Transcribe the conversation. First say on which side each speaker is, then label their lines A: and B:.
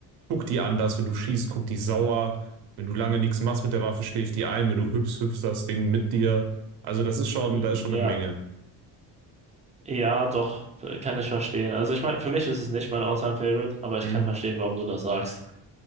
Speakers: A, on the right; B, on the right.
A: guckt die anders. Wenn du schießt, guckt die sauer. Wenn du lange nichts machst mit der Waffe, schläft die ein. Wenn du hüpfst, hüpft das Ding mit dir. Also das ist schon,
B: ja,
A: da ist schon eine Menge.
B: ja, doch, kann ich verstehen. Also ich meine, für mich ist es nicht mein All-Time-Favorite, aber ich
A: Hm?
B: kann verstehen, warum du das sagst.